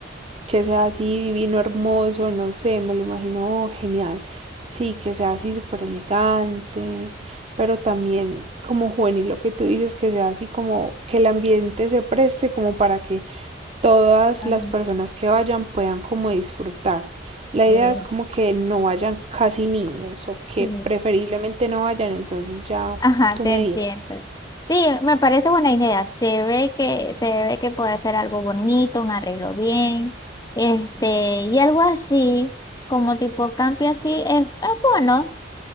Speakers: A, on the right; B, on the left.
A: que sea así divino, hermoso, no sé, me lo imagino genial, sí, que sea así súper elegante, pero también como juvenil, lo que tú dices, que sea así como que el ambiente se preste como para que todas
B: Ah,
A: las personas que vayan puedan como disfrutar. La idea
B: eh,
A: es como que no vayan casi niños o
B: Sí.
A: que preferiblemente no vayan, entonces ya
B: Ajá,
A: tú
B: te
A: me
B: entiendo.
A: dirás.
B: Sí, me parece buena idea. Se ve que, se ve que puede ser algo bonito, un arreglo bien, este, y algo así, como tipo campi así, es, es bueno.